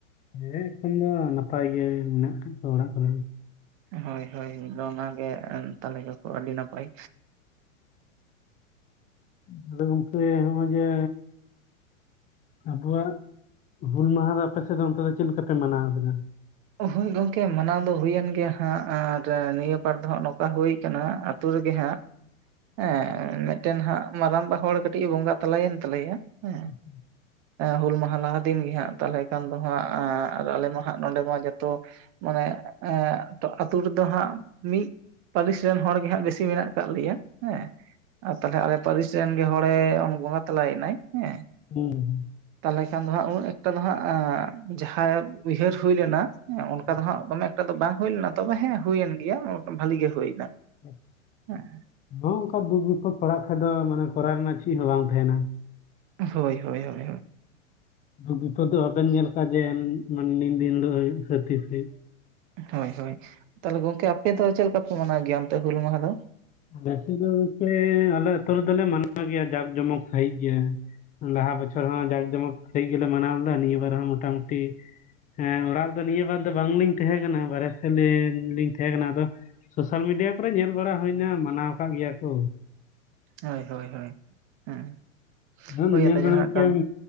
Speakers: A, on the left; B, on the right.
A: ᱦᱮᱸ ᱮᱠᱷᱚᱱ ᱫᱚ ᱱᱟᱯᱟᱭ ᱜᱮ ᱢᱮᱱᱟᱜ ᱟᱠᱟᱫ ᱠᱚᱣᱟ ᱚᱲᱟᱜ ᱠᱚᱨᱮ ᱦᱚᱸ
B: ᱦᱳᱭ ᱦᱳᱭ ᱚᱱᱟᱜᱮ <unintelligible> ᱜᱮᱠᱚ ᱟᱹᱰᱤ ᱱᱟᱯᱟᱭ
A: <unintelligible> ᱱᱚᱜ-ᱚᱭ ᱡᱮ ᱟᱵᱚᱣᱟᱜ ᱦᱩᱞ ᱢᱟᱦᱟ ᱫᱚ ᱟᱯᱮᱥᱮᱫ ᱚᱱᱛᱮ ᱫᱚ ᱪᱮᱫ ᱞᱮᱠᱟ ᱯᱮ ᱢᱟᱱᱟᱣ ᱠᱮᱫᱟ
B: ᱦᱳᱭ ᱜᱚᱝᱠᱮ ᱢᱟᱱᱟᱣ ᱫᱚ ᱦᱩᱭᱮᱱ ᱜᱮᱭᱟ ᱦᱟᱸᱜ ᱟᱨ ᱱᱤᱭᱟᱹ ᱵᱟᱨ ᱫᱚ ᱦᱟᱸᱜ ᱱᱚᱝᱠᱟ ᱦᱩᱭ ᱠᱟᱱᱟ ᱟᱛᱩ ᱨᱮᱜᱮ ᱦᱟᱸᱜ ᱦᱮᱸ ᱢᱤᱫᱴᱮᱱ ᱦᱟᱸᱜ ᱢᱟᱨᱟᱝᱵᱟ ᱦᱚᱲ ᱠᱟᱹᱴᱤᱡ ᱮ ᱵᱚᱸᱜᱟ ᱛᱟᱞᱟᱭᱮᱱ ᱛᱟᱞᱮᱭᱟ ᱦᱮᱸ
A: <inaudible>
B: ᱦᱩᱞ ᱢᱟᱦᱟ ᱞᱟᱦᱟ ᱫᱤᱱ ᱜᱮ ᱦᱟᱸᱜ ᱛᱟᱦᱟᱞᱮ ᱠᱷᱟᱱ ᱫᱚ ᱦᱟᱸᱜ ᱟᱞᱮ ᱢᱟ ᱦᱟᱸᱜ ᱱᱚᱰᱮ ᱢᱟ- ᱡᱚᱛᱚ ᱢᱟᱱᱮ ᱮᱻ ᱛᱚ ᱟᱛᱩ ᱨᱮᱫᱚ ᱦᱟᱸᱜ ᱢᱤᱫ ᱯᱟᱹᱨᱤᱥ ᱨᱮᱱ ᱦᱚᱲ ᱜᱮ ᱦᱟᱸᱜ ᱵᱮᱥᱤ ᱢᱮᱱᱟᱜ ᱠᱟᱜ ᱞᱮᱭᱟ ᱦᱮᱸ ᱟᱨ ᱛᱟᱦᱞᱮ ᱟᱞᱮ ᱯᱟᱹᱨᱤᱥ ᱨᱮᱱ ᱜᱮ ᱦᱚᱲᱮ ᱵᱚᱸᱜᱟ ᱛᱟᱞᱟᱭᱮᱱᱟᱭ ᱦᱮᱸ
A: <unintelligible>
B: ᱛᱟᱦᱚᱞᱮ ᱠᱷᱟᱱ ᱫᱚ ᱦᱟᱸᱜ ᱩᱱ ᱮᱠᱴᱟ ᱫᱚ ᱦᱟᱸᱜ ᱡᱟᱦᱟᱸ ᱩᱭᱦᱟᱹᱨ ᱦᱩᱭ ᱞᱮᱱᱟ ᱦᱮᱸ ᱚᱱᱠᱟ
A: ᱟᱪᱪᱷᱟ
B: ᱫᱚ ᱦᱟᱸᱜ ᱫᱚᱢᱮ ᱮᱠᱴᱟ ᱫᱚ ᱵᱟᱝ ᱦᱩᱭ ᱞᱮᱱᱟ ᱛᱚᱵᱮ ᱦᱮᱸ ᱦᱩᱭᱮᱱ ᱜᱮᱭᱟ ᱵᱷᱟᱞᱤᱤ ᱜᱮ ᱦᱩᱭᱱᱟ
A: ᱦᱚᱸ
B: ᱦᱮᱸ
A: ᱱᱚᱝᱠᱟ ᱫᱩᱠ ᱵᱤᱯᱚᱫ ᱯᱟᱲᱟᱜ ᱠᱷᱟᱱ ᱫᱚ ᱢᱟᱱᱮ ᱠᱚᱨᱟᱣ ᱨᱮᱱᱟᱜ ᱪᱮᱫ ᱦᱚᱸ ᱵᱟᱝ ᱛᱟᱦᱮᱸᱱᱟ
B: ᱦᱳᱭ ᱦᱳᱭ ᱦᱳᱭ
A: ᱫᱩᱠ ᱵᱤᱯᱚᱫ ᱫᱚ ᱵᱟᱵᱮᱱ ᱧᱮᱞ ᱠᱟᱡᱮᱱ ᱢᱟᱱᱮ ᱱᱤᱱ ᱫᱤᱱ ᱦᱤᱞᱚᱜ ᱦᱩᱭᱩᱜ-ᱟ ᱥᱮ ᱛᱤᱥ ᱫᱤᱱ
B: ᱦᱳᱭ ᱦᱳᱭ ᱛᱟᱦᱚᱞᱮ ᱜᱚᱝᱠᱮ ᱟᱯᱮ ᱫᱚ ᱪᱮᱫ ᱞᱮᱠᱟ ᱯᱮ ᱢᱟᱱᱟᱣ ᱜᱮᱭᱟ ᱚᱱᱛᱮ ᱦᱩᱞ ᱢᱟᱦᱟ ᱫᱚ
A: ᱵᱮᱥᱤ ᱫᱚ ᱜᱚᱢᱠᱮ ᱟᱞᱮ ᱟᱹᱛᱩ ᱨᱮᱫᱚ ᱞᱮ ᱢᱟᱱᱟᱣ ᱜᱮᱭᱟ ᱡᱟᱠ ᱡᱚᱢᱚᱠ ᱥᱟᱹᱦᱤᱡ ᱜᱮᱭᱟ ᱞᱟᱦᱟ ᱵᱚᱪᱷᱚᱨ ᱦᱚᱸ ᱡᱟᱠ ᱡᱚᱢᱚᱠ ᱥᱟᱦᱤᱡ ᱜᱮᱞᱮ ᱢᱟᱱᱟᱣ ᱞᱮᱫᱟ ᱱᱤᱭᱟᱹ ᱵᱟᱨ ᱦᱚᱸ ᱢᱳᱴᱟᱢᱩᱴᱤ ᱦᱮᱸ ᱚᱲᱟᱜ ᱨᱮ ᱫᱚ ᱱᱤᱭᱟᱹ ᱵᱟᱨ ᱫᱚ ᱵᱟᱝᱞᱤᱧ ᱛᱟᱦᱮᱸ ᱠᱟᱱᱟ ᱵᱟᱨᱦᱮ ᱥᱮᱫ ᱞᱤᱧ ᱛᱟᱦᱮᱸ ᱠᱟᱱᱟ ᱟᱫᱚ ᱥᱳᱥᱟᱞ ᱢᱤᱰᱤᱭᱟ ᱠᱚᱨᱮ ᱧᱮᱞ ᱵᱟᱲᱟ ᱦᱩᱭᱱᱟ ᱢᱟᱱᱟᱣ ᱟᱠᱟᱜ ᱜᱮᱭᱟ ᱠᱚ
B: ᱦᱳᱭ ᱦᱳᱭ ᱦᱳᱭ ᱦᱮᱸ
A: ᱟᱫᱚ
B: ᱦᱳᱭ
A: ᱧᱮᱞ ᱢᱮ
B: ᱡᱟᱦᱟᱱᱟᱜ
A: ᱜᱚᱝᱠᱮ
B: ᱠᱟᱱ